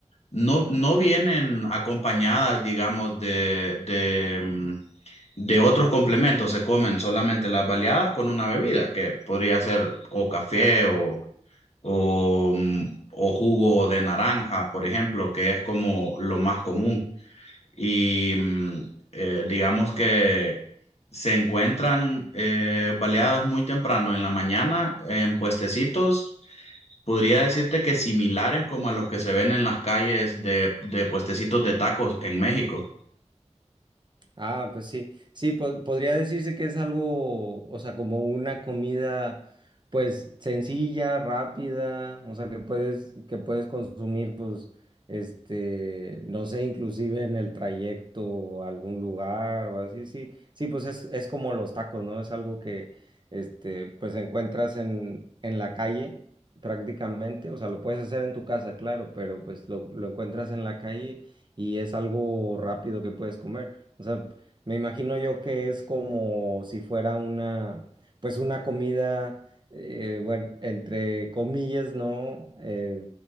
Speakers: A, on the left; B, on the right.
A: no, no vienen acompañadas, digamos, de, de, mm, de otros complementos se comen solamente las baleadas con una bebida, que podría ser o café o, o, mm, o jugo de naranja, por ejemplo, que es como lo más común. Y mm, eh, digamos que se encuentran eh, baleadas muy temprano en la mañana en puestecitos. Podría decirte que similares como a los que se ven en las calles de, de puestecitos de tacos en México.
B: Ah, pues sí, sí, po- podría decirse que es algo, o sea, como una comida, pues sencilla, rápida, o sea, que puedes, que puedes consumir, pues, este, no sé, inclusive en el trayecto a algún lugar o así, sí, sí, pues es, es como los tacos, ¿no? Es algo que, este, pues encuentras en, en la calle prácticamente, o sea, lo puedes hacer en tu casa, claro, pero pues lo, lo encuentras en la calle y es algo rápido que puedes comer. O sea, me imagino yo que es como si fuera una, pues una comida, eh, bueno, entre comillas, ¿no? Eh,